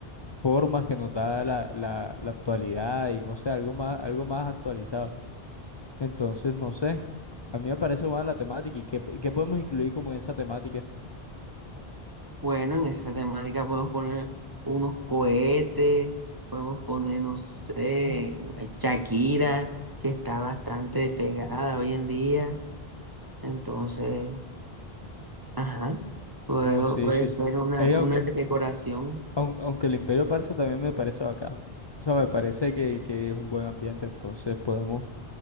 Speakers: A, on the left (about 35°); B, on the right (about 25°).
A: formas que nos da la, la, la actualidad y no sé, algo más, algo más actualizado. Entonces, no sé. A mí me parece buena la temática y qué, y qué podemos incluir como en esa temática.
B: Bueno, en esa temática podemos poner unos cohetes, podemos poner, no sé, Shakira, que está bastante pegada hoy en día. Entonces, ajá, puedo-
A: No, sí,
B: puede
A: sí.
B: ser una,
A: Ella,
B: una decoración.
A: Aun- Aunque el Imperio Persa también me parece bacano. O sea, me parece que, que es un buen ambiente, entonces podemos,